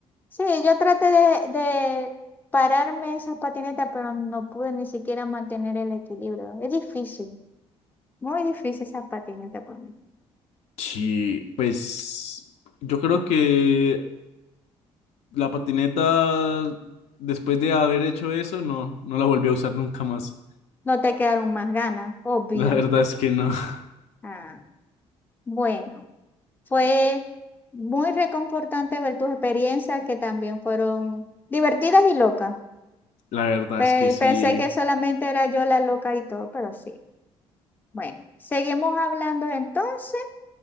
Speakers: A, on the left; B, on the left.
A: Sí, yo traté de, de pararme esas patinetas, pero no pude ni siquiera mantener el equilibrio. Es difícil, muy difícil esas patinetas para mí.
B: sí, pues yo creo que la patineta, después de haber hecho eso, no, no la volví a usar nunca más.
A: No te quedaron más ganas, obvio.
B: La verdad es que no, <laughs>
A: Ah, bueno, fue muy reconfortante ver tus experiencias que también fueron divertidas y locas.
B: la verdad
A: Pe-
B: es que sí,
A: Pensé que solamente era yo la loca y todo, pero sí. Bueno, seguimos hablando entonces.